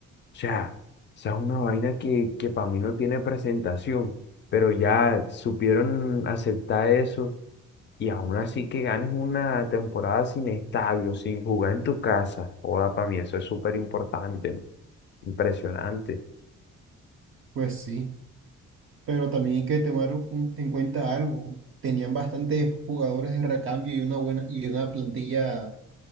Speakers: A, on the left (about 40°); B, on the right (about 45°).
A: O sea, esa es una vaina que, que para mí no tiene presentación, pero ya supieron aceptar eso y aún así que ganes una temporada sin estadio, sin jugar en tu casa. Joda, para mí eso es súper importante, impresionante.
B: Pues sí, pero también hay que tomar un- en cuenta algo. Tenían bastantes jugadores de recambio y una buena y una plantilla